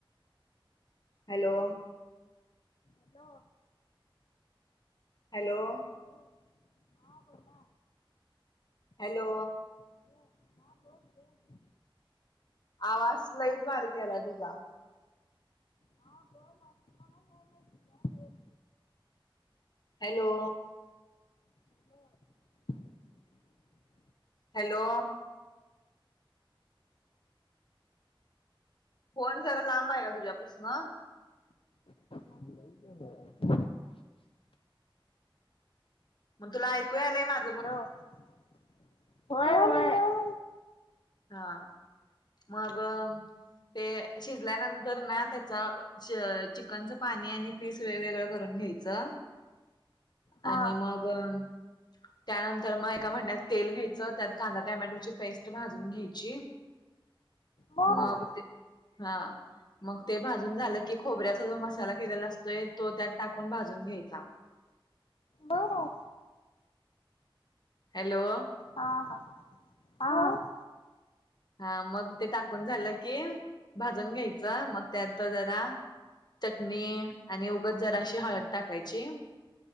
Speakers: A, on the left; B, on the left.
A: हॅलो.
B: हॅलो.
A: हॅलो.
B: हॅलो हां बोला.
A: हॅलो.
B: हॅलो हां बोल बोल.
A: आवाज लईच बारीक यायलाय तुझा.
B: हा बोल आप मला यायलाय तुझा बोल.
A: हॅलो.
B: हॅलो.
A: हॅलो. फोन जरा लांबय का तुझ्यापसन?
B: लईच चंगळय.
A: आण तुला ऐकू यायलंय माझ.
B: हॅलो होय होय.
A: हा मग अम. ते शिजल्यानंतर ना त्याचा चे अ चिकनचं पाणी आणि पीस वेगवेगळं करून घ्याय आ
B: हा
A: आणि मग हाम त्यानंतर मग एका भांड्यात तेल घ्यायचं त्यात कांदा टोमॅटोची पेस्ट भाज जून घ्यायची
B: हम्म
A: मग ते हा. मग ते भाजून झालं की खोबऱ्याचा जो मसाला केलेला असतोय तो त्यात टाकून भाजून घ्यायचा.
B: बर.
A: हॅलो.
B: हा हा हो हा.
A: हा मग ते टाकून झालं की भाजून घ्यायचं मग त्यात जरा चटणी आणि उगच जराशी हळद टाकायची.